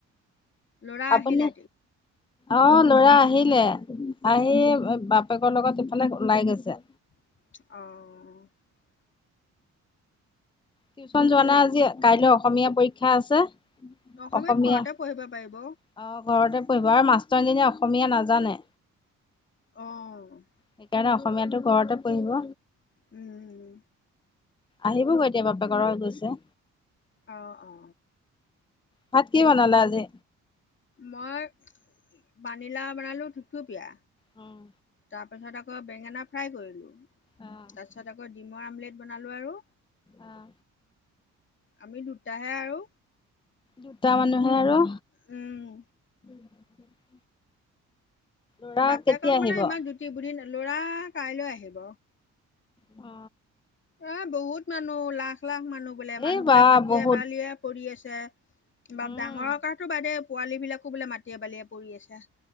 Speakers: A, on the left; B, on the left.
A: ল'ৰা
B: আপুনি
A: আহিলে?
B: অ লৰা আহি লে আহি বাপেকৰ লগত ইফালে ওলাই গৈছে।
A: অহ
B: টিউশ্যন যোৱা
A: এতিয়া
B: নাই আজি
A: সি
B: কাইলৈ অসমীয়া পৰীক্ষা আছে।
A: অসমীয়াত
B: অসমীয়া
A: ঘৰতে
B: অহ
A: পঢ়িব পাৰিব।
B: ঘৰতে কৰিব আৰু মাষ্টৰনিজনীয়ে অসমীয়া নাজানে।
A: অ'।
B: সেইকাৰণে অসমীয়াটো ঘৰতে পঢ়িব।
A: উম,
B: আহিবগৈ এতিয়া বাপেকৰ লগত গৈছে।
A: অ অ অ
B: ভাত কি বনালা আজি?
A: মই পানীলাউ বনালো থুপথুপীয়া।
B: উম
A: তাৰপাছত আকৌ বেঙেনা ফ্ৰাই কৰিলোঁ।
B: অ
A: তাৰপিছত আকৌ ডিমৰ আমলেট বনালোঁ আৰু
B: অহ
A: আমি দুটাহে আৰু।
B: দুটা মানুহে আৰু।
A: উম
B: <inaudible> ল'ৰা
A: বাপেকক
B: কেতিয়া আহিব
A: মানে ইমান
B: অ
A: জুতি পুতি নাই লৰা কাইলৈ আহিব
B: অ
A: এ বহুত মানুহ লাখ লাখ মানুহ বোলে মানুহ
B: এই বা
A: বিলাক মাটিয়ে
B: বহুত
A: বাৰিয়ে পৰি আছে বা
B: উম
A: ডাঙৰৰ কাৰণে বাদে পোৱালিব বিলাকো বোলে মাটিয়ে বালিয়ে পৰি আছে।